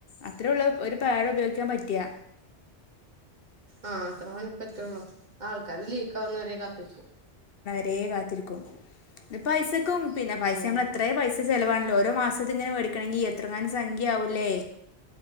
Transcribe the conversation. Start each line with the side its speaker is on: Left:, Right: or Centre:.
Left: അത്ര ഉള്ള ഒരു പാടുപയോഗിക്കാൻ പറ്റിയാ
Right: ആ അത്ര മണി പറ്റുള്ളൂ ആൾക്കാര് ലീക്ക് ആവുന്നവരെ കാത്തിരിക്കും
Left: രെ കാത്തിരിക്കും പൈസക്കും പിന്നെ പൈസ
Right: ഉം
Left: നമ്മളെത്ര പൈസ ചിലവാണല്ലോ ഓരോ മാസ അത് ഇങ്ങെ മേടിക്കണെങ്കി എങ്ങാനും സംഖ്യ ആവൂലേ